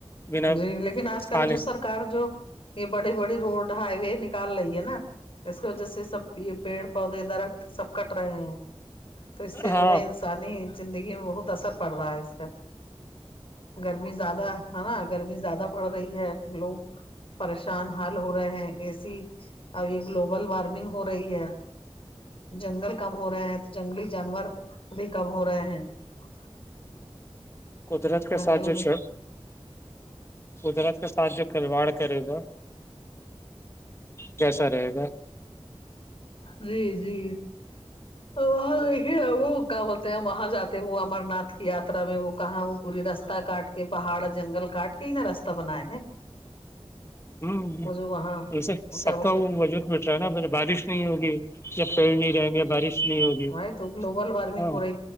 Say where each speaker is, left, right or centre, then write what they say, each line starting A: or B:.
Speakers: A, on the left (about 25°); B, on the left (about 60°).
A: بنا
B: جی لیکن آج کل
A: کھانے
B: جو سرک جو یہ بڑی بڑی روڈ ہائی وے نکال رہی ہے نا اس کی وجہ سے سب یہ پیڑ پودے درخت سب کٹ رہے ہیں تو اس سے
A: ہاں
B: جو ہے انسانی زندگی میں بہت اثر پڑ رہا ہے اس کا گرمی زیادہ ہے نا گرمی زیادہ پڑ رہی ہے لوگ پریشان حال ہو رہے ہیں ایسی ا یہ گلوبل وارمنگ ہو رہی ہے جنگل کم ہو رہے ہیں تو جنگلی جانور بھی کم ہو رہے ہیں <unintelligible> <inaudible>
A: قدرت کے
B: جنگل
A: ساتھ جو
B: بھی
A: چ قدرت کے ساتھ جو کھلواڑ کرے گا کیسا رہے گا
B: جی جی وہاں دیکھیے وہ کیا بولتے ہیں ہم وہاں جاتے ہیں وہ امر ناتھ یاتا میں وہ کہاں وہ پوری رستہ کاٹ کے پہاڑ جنگل کاٹ کے ہی نا رستہ بنائے ہیں <unintelligible> <inaudible>
A: ہوں
B: وہ جو وہاں
A: اسے
B: وہ کیا
A: سب
B: بولتے
A: کا وہ وجود بیٹ رہا ہے نا م بارش نہیں ہوگی جب پیڑ نہیں رہیں گے بارش نہیں ہوگی
B: بائی تو گلوبل وارمنگ
A: ہاں
B: ہو رہی